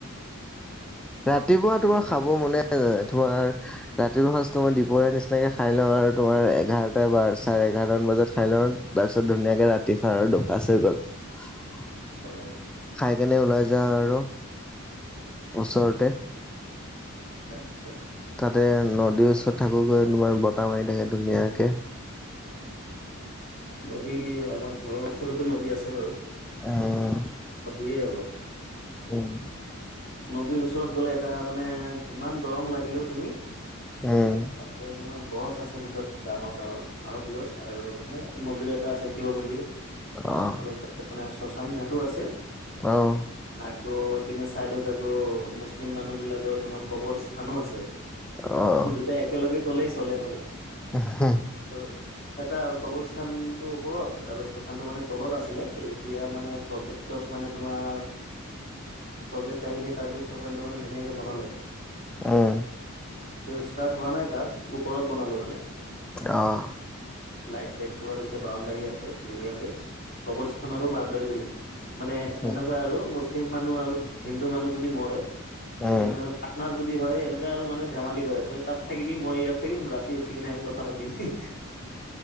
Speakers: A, in the centre; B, on the left.
A: ৰাতিপুৱা তোমাৰ
B: এঘাৰটা
A: খাব, মনে নাযায় তোমাৰ ৰাতিপুৱা সাঁজটো মই দীপৰীয়া নিচিনাকে খাই লওঁ আৰু তোমাৰ এঘাৰটা চাৰে এঘাৰটামান বজাত খাই লওঁ। তাৰ পিছত ধুনীয়াকে ৰাতি খাও, আৰু দুসাজ হৈ গ'ল।
B: অ
A: খাই কেনে ওলাই যাওঁ আৰু, ওচৰতে।
B: আত্ছা।
A: তাতে নদীৰ ওচৰত থাকো গৈ, তোমাৰ বতাহ মাৰি থাকে ধুনীয়াকে।
B: নদী আমাৰ ঘৰৰ ওচৰতো নদী আছে বাৰু।
A: উম।
B: কপে অলপ
A: উম
B: নদীৰ ওচৰত গ'লে এটা মানে যিমান গৰম লাগিলেও তুমি তাৰতে
A: উম
B: তোমাৰ গছ আছে দুটা ডাঙৰ, ডাঙৰ আহত গছ আৰু মানে মন্দিৰ এটা আছে শিৱ মন্দিৰ
A: আহ
B: আৰু তাতে মানে শশান ঘাটোউ আছে। আৰু
A: আহ
B: পিনে ছাইদত আকৌ মুছলিম মানুহ বিলাকৰ তোমাৰ কবৰ স্থানো আছে।
A: আহ
B: দুটাই একেলগে কলেই চলে মানে
A: উম
B: টো এটা কবৰস্থানটোৰ, ওপৰত আৰু শশানতটো মানে তলত আছিলে, এতিয়া মানে প্ৰজেক মানে তোমাৰ প্ৰজেক আহিলে তাৰপিছত চচানটো মানে ধুনীয়াকে বনালে।
A: উম।
B: তেওঁ ষ্টাৰ্ট হোৱা নাই, তাত ওপৰত বনালে মানে
A: অ'।
B: লাইট টাইট পুৰা দিছে, বাউণ্ডাৰী আছে ধুনীয়াকে কবৰ স্থানৰো বাউণ্ডাৰী দিলে। মানে
A: উম
B: এনেকুৱা আৰু মুছলিম মানুহ আৰু হিন্দু মানুহ যদি মৰে
A: উম
B: এনে মান পাৰাটনাৰ যদি হয়, এনে আৰু মানে ধেমালি কৰে, তই তাত থাকিবি মই ইয়াত থাকিম ৰাতি উঠি কিনে আমি কথা পাতিম। এ,